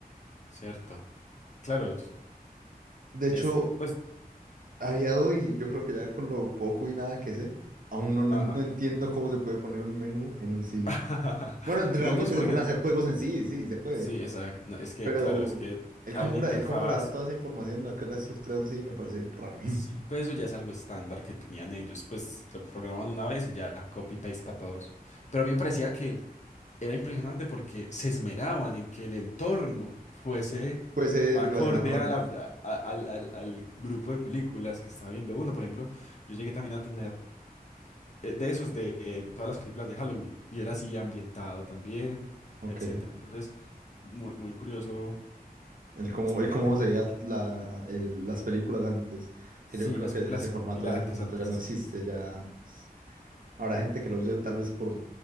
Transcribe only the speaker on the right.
De hecho,
había hoy, yo creo que ya con lo poco y nada que sé, aún no, no
entiendo cómo se puede poner un menú en un CD.
Bueno, realmente
se pueden
hacer juegos en sí, sí, se puede.
Pero
el
cómo,
gra-
el cómo grabar toda esa información en la que es la estructura de un CD me parece raro.
Pues eh,
relacionado con la
película.
Ok.
El cómo, el
cómo
se
veía la, el- las películas antes.
Que yo creo
que
ese formato,
ese formato
ya no existe. Ya habrá gente que lo use tal vez por,